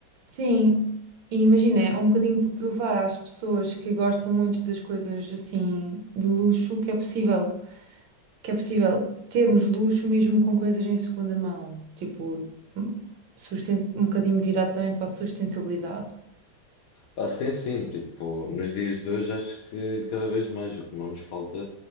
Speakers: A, on the right (about 75°); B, on the left (about 80°).
A: sim, e imagina, é um bocadinho para provar às pessoas que gostam muito das coisas assim de luxo que é possível, que é possível termos luxo mesmo com coisas em segunda mão, tipo, hum, susten- um bocadinho virado também para a sustentabilidade.
B: Pá, sim, sim, tipo, nos dias de hoje acho que cada vez mais o que não nos falta